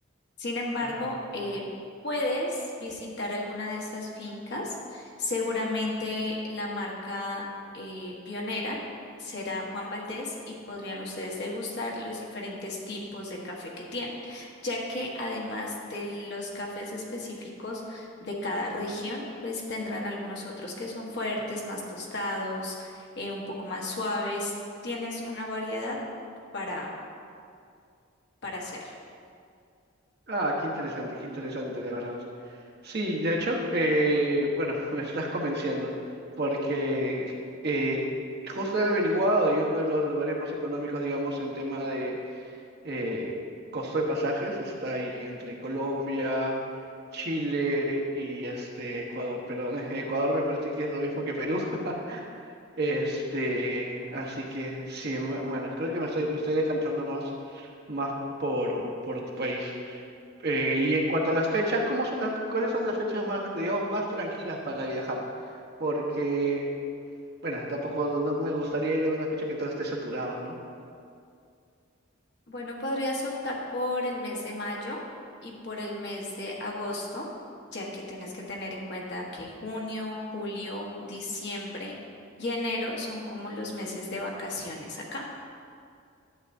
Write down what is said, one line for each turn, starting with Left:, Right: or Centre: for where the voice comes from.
Left: Sin embargo,
Right: Ah,
Left: eh,
Right: vale.
Left: puedes visitar alguna de estas fincas. Seguramente la marca eh, pionera será Juan Valdés y podrían ustedes degustar los diferentes tipos de café que tienen, ya que además de los cafés específicos de cada región, pues tendrán algunos otros que son fuertes, más tostados, eh, un poco más suaves. Tienes una variedad para, para hacerlo.
Right: Ah, qué interesante, qué interesante, de verdad. Sí, de hecho, eh, bueno, <laughs> me estás convenciendo, porque eh, justo he averiguado y uno de los lugares más económicos, digamos, en tema de eh, costo de pasajes está ahí entre Colombia, Chile y este Ecuador. Pero <laughs> Ecuador me parece que es lo mismo que Perú. <laughs> Este, así que sí, me- bueno, creo que me estoy, me estoy decantando más, más por, por tu país. Eh, y en cuanto a las fechas, ¿cómo son las, cuáles son las fechas más, digamos, más tranquilas para viajar? Porque, bueno, tampoco no me gustaría ir en una fecha que todo esté saturado, ¿no?
Left: Bueno, podrías optar por el mes de mayo y por el mes de agosto, ya que tienes que tener en cuenta que junio, julio, diciembre y enero son como los meses de vacaciones acá.